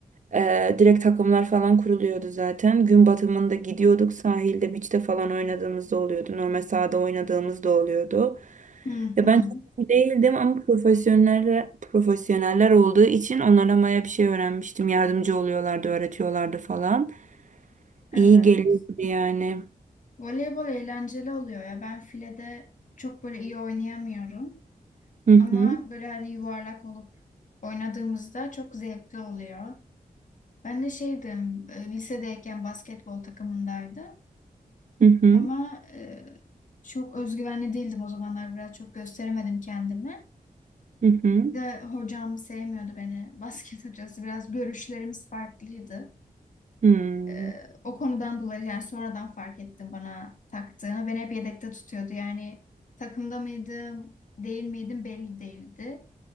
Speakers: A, on the right (about 55°); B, on the left (about 60°).
A: Ee, direkt takımlar falan kuruluyordu zaten. Gün batımında gidiyorduk sahilde, beach'te falan oynadığımızda oluyordu. Normal sahada oynadığımızda oluyordu.
B: Hı
A: Ya
B: hı.
A: ben çok iyi değildim ama profesyoneller profesyoneller olduğu için onlara baya bir şey öğrenmiştim. Yardımcı oluyorlardı, öğretiyorlardı falan.
B: Evet.
A: İyi geliyordu yani.
B: Voleybol eğlenceli oluyor ya. Ben filede çok böyle iyi oynayamıyorum.
A: Hı hı.
B: Ama böyle hani yuvarlak olup oynadığımızda çok zevkli oluyor. Ben de şeydim, e, lisedeyken basketbol takımındaydım.
A: Hı hı.
B: Ama e, çok özgüvenli değildim o zamanlar. Biraz çok gösteremedim kendimi.
A: Hı hı.
B: Bir de hocam sevmiyordu beni. <laughs> Basket hocası biraz görüşlerimiz farklıydı.
A: Hı.
B: E, o konudan dolayı yani sonradan fark ettim bana taktığını. Beni hep yedekte tutuyordu. Yani takımda mıydım, değil miydim belli değildi.